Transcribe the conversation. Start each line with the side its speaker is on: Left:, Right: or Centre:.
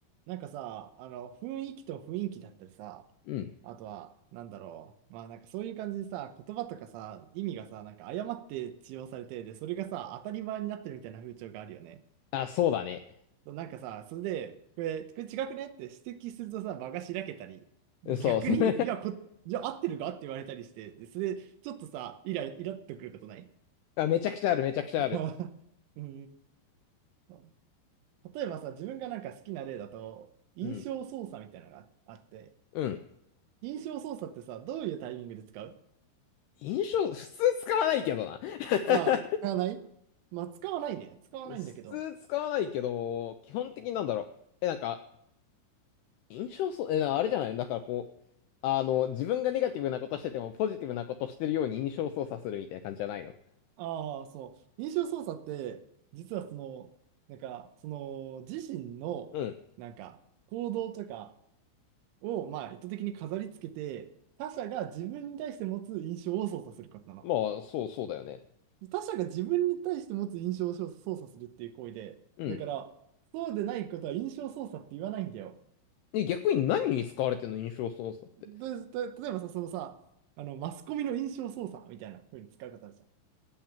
Right: なんかさ、あの、雰囲気と雰囲気だったりさ、
Left: うん。
Right: あとは、なんだろう。まあなんかそういう感じでさ、言葉とかさ、意味がさ、なんか誤って使用されて、で、それがさ、当たり前になってるみたいな風潮があるよね。
Left: あ、そうだね。
Right: そうなんかさ、それで、これ、これ違くねって指摘するとさ、場がしらけたり、逆に、
Left: そうそう。<laughs>
Right: いや、こ、いや、合ってるかって言われたりして、でそれ、ちょっとさ、イラ、イラっとくることない
Left: あ、めちゃくちゃある、めちゃくちゃある。
Right: <laughs> うんうん。例えばさ、自分がなんか好きな例だと、印象操作みたいなのがあって、
Left: うん。うん。
Right: 印象操作ってさ、どういうタイミングで使う
Left: 印象、普通使わないけどな。<laughs>
Right: ああ、使わないまあ、使わないね。使わないんだけど。
Left: 普通使わないけど、基本的になんだろう。え、なんか、印象そう、え、なあれじゃないだからこう、あの、自分がネガティブなことしてても、ポジティブなことしてるように印象操作するみたいな感じじゃないの
Right: ああ、そう。印象操作って、実はその、なんか、その、自身の、
Left: うん。
Right: なんか、行動とかを、まあ、意図的に飾り付けて、他者が自分に対して持つ印象を操作することなの。
Left: まあ、そう、そうだよね。
Right: 他者が自分に対して持つ印象を操作するっていう行為で、
Left: うん。
Right: だから、そうでないことは印象操作って言わないんだよ。
Left: え、逆に何に使われてんの印象操作って。
Right: で、た例えばさ、そのさ、あの、マスコミの印象操作みたいな風に使う方あるじゃん。